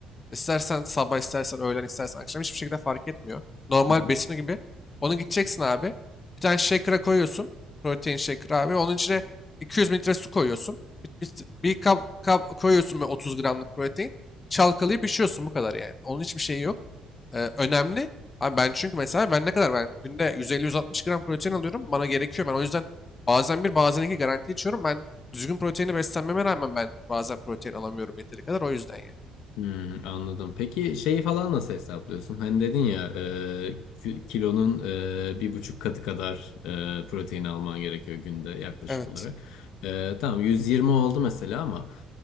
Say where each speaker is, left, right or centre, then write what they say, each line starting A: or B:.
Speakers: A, on the left; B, on the left.
A: İstersen sabah, istersen öğlen, istersen akşam hiçbir şekilde fark etmiyor. Normal
B: Hı hı.
A: besini gibi. Onu gideceksin abi. Bir tane shaker'a koyuyorsun. Protein shaker abi. Onun içine 200 mililitre su koyuyorsun. Bir, bir, bir kap, kap koyuyorsun böyle 30 gramlık protein. Çalkalayıp içiyorsun bu kadar yani. Onun hiçbir şeyi yok. Ee, önemli. Abi ben çünkü mesela ben ne kadar ben günde 150-160 gram protein alıyorum. Bana gerekiyor. Ben o yüzden bazen bir bazen iki garanti içiyorum. Ben düzgün proteini beslenmeme rağmen ben bazen protein alamıyorum yeteri kadar. O yüzden yani.
B: Hmm, anladım. Peki şeyi falan nasıl hesaplıyorsun? Hani dedin ya e, ki- kilonun e, bir buçuk katı kadar e, protein alman gerekiyor günde yaklaşık
A: Evet.
B: olarak. E, tamam 120 oldu mesela ama